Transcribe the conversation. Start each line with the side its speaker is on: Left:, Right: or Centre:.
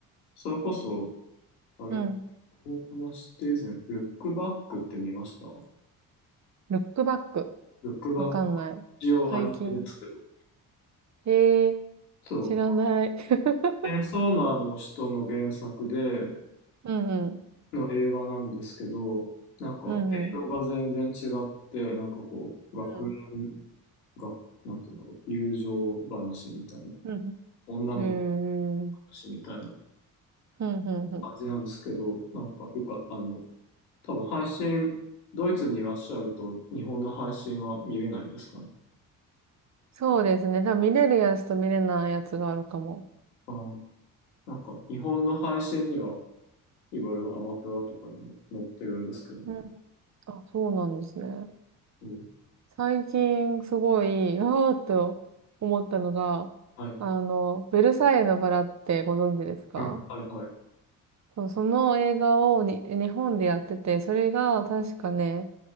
Left: それこそ、あれ、
Right: うん。
Left: この話って以前、ルックバックって見ました
Right: ルックバック。
Left: ルックバック、
Right: わかんない。
Left: 一応アニメですけど、
Right: 最近。へえ、
Left: そう、
Right: 知らない。<laughs>
Left: チェンソーマンの人の原作で、
Right: うんうん。
Left: の映画なんですけど、なんか、
Right: うんうん。
Left: 内容が全然違って、なんかこう、学園
Right: うん。
Left: が、なんていうんだろう、友情話みたいな、
Right: うん。
Left: 女の子の
Right: へえ。うん
Left: 話みたいな。
Right: うんうん。
Left: 感じなんですけど、なんかよか、あの、多分配信、ドイツにいらっしゃると日本の配信は見れないんですかね。
Right: そうですね。多分見れるやつと見れないやつがあるかも。
Left: あーなんか日本の配信にはいろいろアマプラとかにも載ってるんですけど、
Right: うん。あ、そうなんですね。
Left: うん、
Right: 最近すごい、<laughs> あーっと思ったのが、
Left: はい、
Right: あの、ベルサイユのバラってご存知ですか
Left: うん、はいはい。
Right: そう、その映画をに日本でやってて、それが確かね、